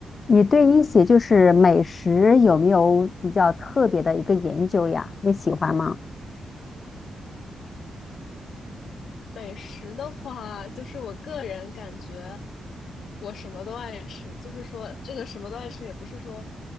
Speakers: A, on the left (about 45°); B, on the left (about 70°).
A: 你对一些就是美食有没有比较特别的一个研究呀？你喜欢吗？
B: 美食的话，就是我个人感觉，我什么都爱吃。就是说，这个什么都爱吃，也不是说，